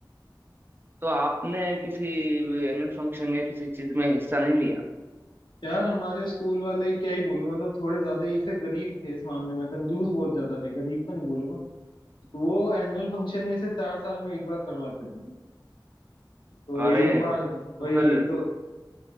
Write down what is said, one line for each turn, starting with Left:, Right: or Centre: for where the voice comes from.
Right: तो आपने किसी एनुअल फंक्शन या किसी चीज में हिस्सा नहीं लिया
Left: यार हमारे स्कूल वाले क्या ही बोलूं मतलब थोड़े ज्यादा ही ऐसे गरीब थे इस मामले में कंजूस बहुत ज्यादा थे गरीब तो नहीं बोलूंगा वो एनुअल फंक्शन ही ऐसे चार साल में एक बार करवाते थे तो
Right: अरे
Left: एक बार
Right: तो
Left: वही
Right: फिर
Left: तो